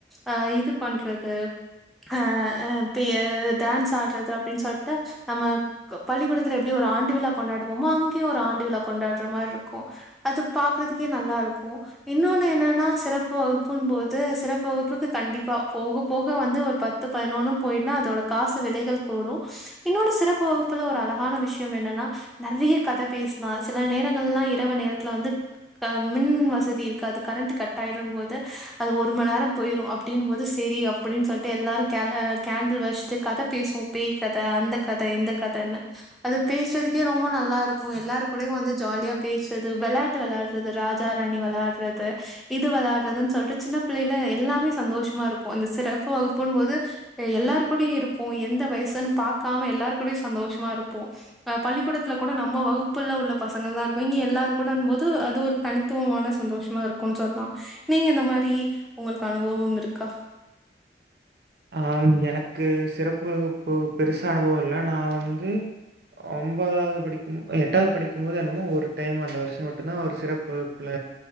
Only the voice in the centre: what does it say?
அஹ் இது பண்றது அஹ் அஹ் பிய டான்ஸ் ஆடுறது அப்டின்னு சொல்ட்டு நம்ம க பள்ளிக்கூடத்துல எப்டி ஒரு ஆண்டு விழா கொண்டாடுவோமோ அங்கேயும் ஒரு ஆண்டு விழா கொண்டாடுற மார்ருக்கும் அது பாக்குறதுக்கே நல்லா இருக்கும் இன்னொன்னு என்னன்னா சிறப்பு வகுப்பு புன் போது சிறப்பு வகுப்புக்கு கண்டிப்பா போக போக வந்து ஒரு பத்து பதினொன்னு போய்டுனா அதோட காசு விலைகள் கூடும் இன்னொரு சிறப்பு வகுப்புல ஒரு அழகான விஷயம் என்னன்னா நறைய கத பேஸ்லா சில நேரங்கள்லாம் இரவு நேரத்துல வந்து அ மின் வசதி இருக்குாது கரண்ட் கட் ஆயிடும் போது அது ஒரு மண் நேரம் போயிரும் அப்புடின்னு போது சரி அப்புடின்னு சொல்ட்டு எல்லாரும் கேல கேண்டல் வச்சிட்டு கத பேசுவோம் பேய் கத அந்த கத இந்த கதன்னு அது பேசுறதுக்கே ரொம்ப நல்லா இருக்கும் எல்லாரு கூடையும் வந்து ஜாலியா பேசுறது வெள்ளாட்டு வெளாட்றது ராஜா ராணி வெள்ளாட்றது இது வெள்ளாட் ட்றதன் சொல்ட்டு சின்ன பிள்ளைல எல்லாமே சந்தோஷமா இருக்கும் இந்த சிறப்பு வகுப்புன்னும் போது எல்லாரு கூடியும் இருப்போம் எந்த வயசுன்னு பாக்காம எல்லார் கூடியும் சந்தோஷமா இருப்போம் அஹ் பள்ளிக்கூடத்துல கூட நம்ம வகுப்புல உள்ள பசங்கள் தான் இருக்கும் இங்க எல்லாரும் கூடன்னும் போது அது ஒரு தனித்துவமான சந்தோஷமா இருக்கும்னு சொல்லலாம் நீங்க இந்த மாரி உங்களுக்கு அனுபவம் இருக்கா